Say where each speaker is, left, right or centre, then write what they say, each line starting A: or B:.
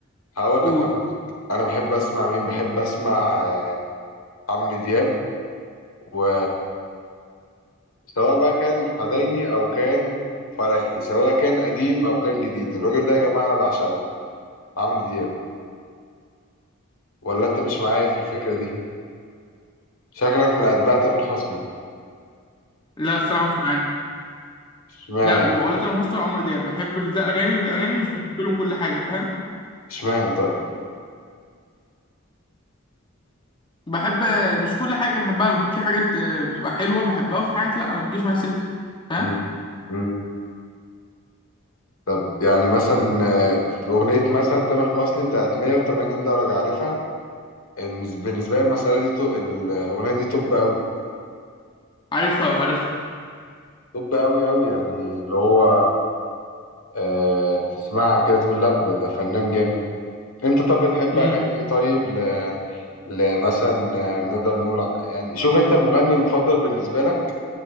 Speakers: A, on the left; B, on the left.
A: هقول
B: قول
A: لك هقول لك انا بحب اسمع مين بحب اسمع آه، عمرو دياب و سواء بقى كان حزيني او كان فرحي سواء كان قديم او كان جديد الراجل ده يا جماعه انا بعشقه عمرو دياب ولا انت مش معايا في الفكرة دي شكلك من اتباع تامر حسني
B: لا الصراحة مش معاك
A: اشمعنى
B: لا ولا تامر حسني ولا عمرو دياب بحب ده أغاني وده أغاني مش بحب لهم كل حاجة فاهم
A: اشمعنى طيب
B: بحب مش كل حاجة بحبها لهم في حاجات آه، بتبقى حلوة بحبها وفي حاجات لا ما بتجيش معايا سكة فاهم
A: مم. مم. طب يعني مثلا آه، في اغنية مثلا تامر حسني بتاعت 180 درجة عارفها إن بالنسبة لي المسألة دي تو... الاغنية دي توب قوي
B: عارفها عارفها
A: توب قوي قوي يعني اللي هو آه تسمعها كده تقول لا ده ده فنان جامد انت طب بتحب
B: مم.
A: اغاني ايه طيب ل... لمثلا آه، نقدر نقول ع- يعني شوف انت المغني المفضل بالنسبة لك